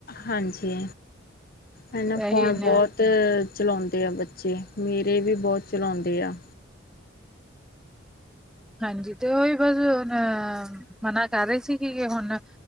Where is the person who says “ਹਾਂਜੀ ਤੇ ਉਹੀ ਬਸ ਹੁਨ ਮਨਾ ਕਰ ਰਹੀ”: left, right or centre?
Centre